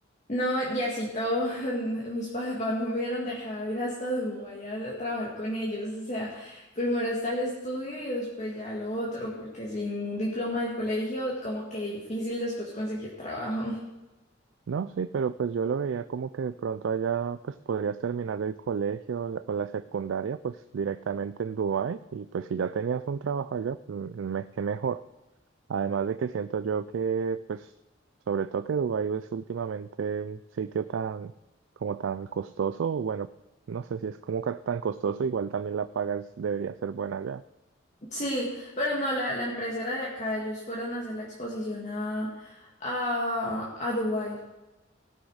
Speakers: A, on the left (about 35°); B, on the right (about 70°).
A: No, y así todo, <laughs> mis papás no me hubieran dejado ir hasta Dubái a trabajar con ellos. O sea, primero está el estudio y después ya lo otro, porque sin un diploma del colegio, como que difícil después conseguir trabajo.
B: No, sí, pero pues yo lo veía como que de pronto allá pues podrías terminar el colegio o la- o la secundaria pues directamente en Dubai y pues si ya tenías un trabajo allá, pues, me- qué mejor. Además de que siento yo que, pues, sobre todo que Dubái es últimamente un sitio tan, como tan costoso, bueno, no sé si es como ca- tan costoso, igual también la pagas debería ser buena allá
A: Sí, pero no, la, la empresa era de acá, ellos fueron a hacer la exposición a, a, a Dubái.